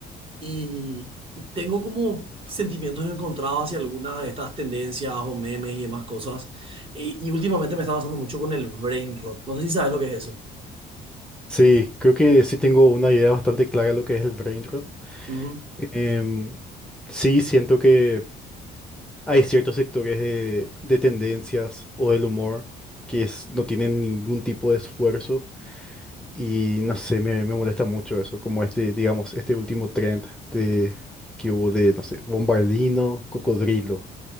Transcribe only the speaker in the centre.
Sí, creo que sí tengo una idea bastante clara de lo que es el brain rot.
Em, sí, siento que hay ciertos sectores de, de tendencias o del humor que es- no tienen ningún tipo de esfuerzo y no sé, me, me molesta mucho eso, como este, digamos, este último trend de, que hubo de, no sé, Bombardino, Cocodrilo,